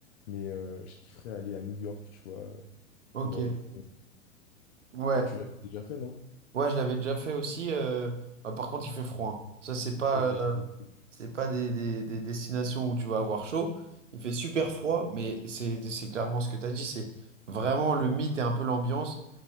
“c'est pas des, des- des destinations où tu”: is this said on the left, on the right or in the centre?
Right